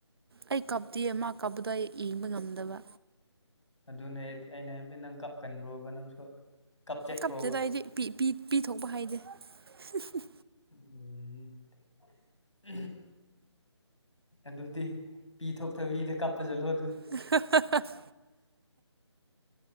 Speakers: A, on the right; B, on the left.
A: ꯑꯩ ꯀꯞꯇꯤꯌꯦ ꯃꯥ ꯀꯥꯞꯄꯗꯣ ꯑꯩ ꯌꯦꯡꯕ ꯉꯝꯗꯕ
B: ꯑꯗꯨꯅꯦ ꯑꯩꯠ ꯑꯩꯅ ꯍꯥꯏꯕꯗꯤ ꯅꯪ ꯀꯞꯀꯟꯕ꯭ꯔꯣꯕ ꯅꯪꯁꯨ ꯀꯞꯆꯠꯄ꯭ꯔꯣꯕ
A: ꯀꯞꯇꯦꯗ ꯑꯩꯗꯤ ꯄꯤ ꯄꯤ ꯄꯤꯊꯣꯛꯄ ꯍꯩꯇꯦ ꯍꯨꯝ ꯍꯨꯝ
B: <unintelligible> ꯑꯗꯨ ꯗꯤ ꯄꯤ ꯊꯣꯛꯇꯕꯤꯗ ꯀꯞꯄꯖ ꯂꯣꯜ
A: <unintelligible>